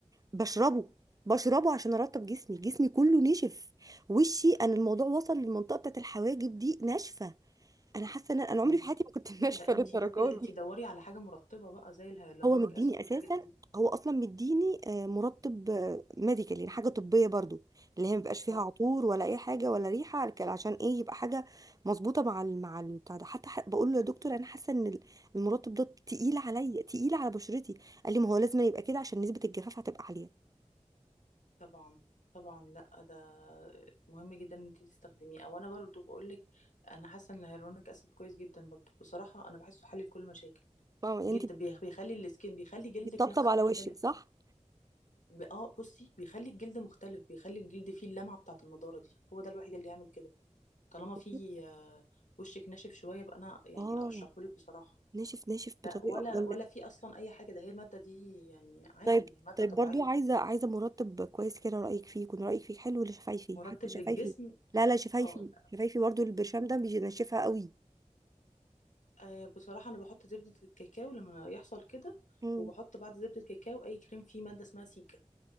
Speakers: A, on the right; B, on the left.
A: بشربه بشربه عشان ارطب جسمي جسمي كله نشف وشي انا الموضوع وصل للمنطقه بتاعت الحواجب دي ناشفه انا حاسه ان انا أنا عمري
B: مم.
A: في حياتي ما كنت <laughs>
B: لا
A: ناشفه
B: ده انت
A: للدرجه
B: ده كده انت
A: دي.
B: دوري على حاجه مرطبه بقى زي الهيالورونيك
A: هو مديني
B: اسيد
A: اساسا
B: والحاجات دي
A: هو اصلا مديني آه، مرطب ميديكال يعني حاجه طبيه برضو اللي هي مبيبقاش فيها
B: اه
A: عطور ولا اي حاجه ولا ريحه على- عشان ايه يبقى حاجه مظبوطه مع ال... مع ال- بتاع ده حتى ح... بقول له يا دكتور انا حاسه ان ال- المرطب ده تقيل عليا تقيل على بشرتي قال لي ما هو لازم يبقى كده عشان نسبه الجفاف هتبقى عاليه
B: طبعا طبعا لا ده مهم جدا ان انت تستخدميه او انا برضو بقولك انا حاسه ان الهيرونيك اسيد كويس جدا برضو بصراحه انا بحسه حل لكل مشاكل
A: فاهمه يعني
B: جدا
A: انت
B: بيخ- بيخلي السكين بيخلي جلدك
A: بتطبطب
B: نفسه
A: على
B: مختلف
A: وشك صح
B: ب- اه بصي بيخلي الجلد مختلف بيخلي الجلد فيه اللمعه بتاعه النضاره دي هو ده الوحيد اللي يعمل كده طالما فيه
A: <laughs>
B: آه، وشك ناشف شويه بقى انا يعني
A: اه
B: ارشحهولك بصراحه
A: ناشف ناشف بطريقه
B: لا ولا
A: ولا
B: ولا في اصلا اي حاجه ده هي الماده دي يعني عادي
A: طيب
B: هي ماده
A: طيب
B: طبيعيه
A: برضو عايزه عايزه مرتب كويس كده رايك فيه يكون رايك فيه حلو ولا شفايفي
B: مرطب
A: حتى شفايفي
B: للجسم
A: لا لا شفايفي
B: اه
A: شفايفي برضو البرشام ده بينشفها قوي
B: آه بصراحة أنا بحط زبدة الكاكاو لما يحصل كده
A: امم
B: وبحط بعد زبدة الكاكاو أي كريم فيه مادة اسمها سيكا